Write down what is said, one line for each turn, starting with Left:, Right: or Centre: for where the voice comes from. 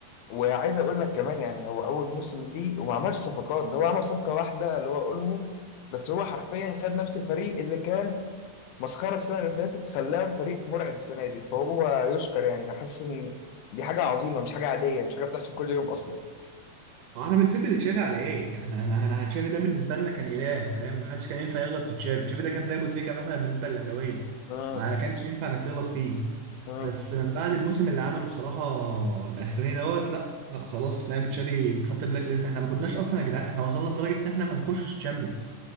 Left: وعايز اقول لك كمان يعني هو اول موسم ليه وما عملش صفقات ده هو عمل صفقه واحده اللي هو اولمو بس هو حرفيا خد نفس الفريق اللي كان مسخره السنه اللي فاتت خلاه فريق مرعب السنه دي فهو يشكر يعني احس ان دي حاجه عظيمه مش حاجه عاديه مش حاجه بتحصل كل يوم اصلا
Right: ما احنا بنسب لتشافي على ايه؟ احنا انا انا تشافي ده بالنسبه لنا كان اله فاهم؟ ما حدش كان ينفع يغلط في تشافي، تشافي ده كان زي ابو تريكه مثلا بالنسبه للاهلاويه
Left: امم
Right: ما كانش ينفع انك تغلط فيه
Left: امم
Right: بس من بعد الموسم اللي عمله بصراحه الاخراني دوت لا لا خلاص فاهم تشافي اتحط بلاك ليست احنا ما كناش اصلا يا جدعان احنا وصلنا لدرجه ان احنا ما نخشش تشامبيونز